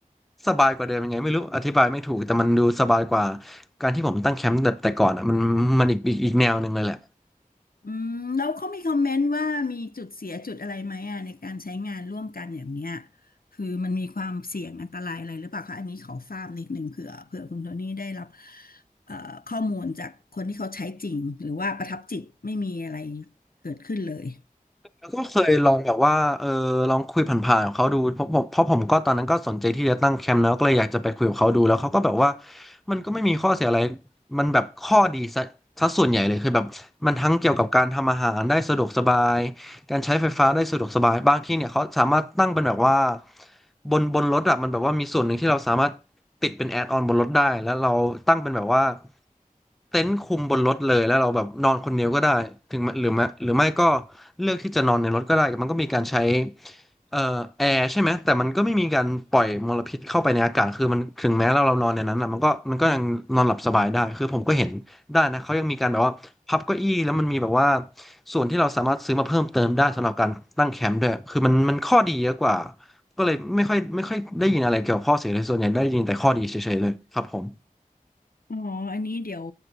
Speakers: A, in the centre; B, on the left.
A: สบายกว่าเดิมยังไงไม่รู้อธิบายไม่ถูกแต่มันดูสบายกว่าการที่ผมตั้งแคมป์แบบแต่ก่อนอ่ะมันมันอีกอีกอีกแนวหนึ่งเลยแหละ
B: อืมแล้วเขามีคอมเมนต์ว่ามีจุดเสียจุดอะไรไหมอ่ะในการใช้งานร่วมกันอย่างเนี้ยคือมันมีความเสี่ยงอันตรายอะไรหรือเปล่าคะอันนี้ขอทราบนิดนึงเผื่อเผื่อคุณโทนี่ได้รับเอ่อข้อมูลจากคนที่เขาใช้จริงหรือว่าประทับจิตไม่มีอะไรเกิดขึ้นเลย
A: แล้วก็เคยลองแบบว่าเออลองคุยผ่านๆกับเขาดูเพราะผมเพราะผมก็ตอนนั้นก็สนใจที่จะตั้งแคมป์แล้วก็เลยอยากจะไปคุยกับเขาดูแล้วเขาก็แบบว่ามันก็ไม่มีข้อเสียอะไรมันแบบข้อดีซะซะส่วนใหญ่เลยคือแบบมันทั้งเกี่ยวกับการทำอาหารได้สะดวกสบาย การใช้ไฟฟ้าได้สะดวกสบายบางที่เนี่ยเขาสามารถตั้งเป็นแบบว่าบนบนรถอะมันแบบว่ามีส่วนหนึ่งที่เราสามารถติดเป็นแอดออนบนรถได้ แล้วเราตั้งเป็นแบบว่าเต็นท์คุมบนรถเลยแล้วเราแบบนอนคนเดียวก็ได้ถึงแม้หรือไม่หรือไม่ก็เลือกที่จะนอนในรถก็ได้มันก็มีการใช้เอ่อแอร์ใช่ไหม แต่มันก็ไม่มีการปล่อยมลพิษเข้าไปในอากาศคือมันถึงแม้เราเรานอนในนั้นอะมันก็มันก็ยังนอนหลับสบายได้คือผมก็เห็น ได้นะเขายังมีการแบบว่าพับเก้าอี้แล้วมันมีแบบว่าส่วนที่เราสามารถซื้อมาเพิ่มเติมได้สำหรับการตั้งแคมป์ด้วยคือมันมันข้อดีเยอะกว่าก็เลยไม่ค่อยไม่ค่อยได้ยินอะไรเกี่ยวกับข้อเสียเลยส่วนใหญ่ได้ยินแต่ข้อดีเฉยๆเลยครับผม
B: อ๋ออันนี้เดี๋ยว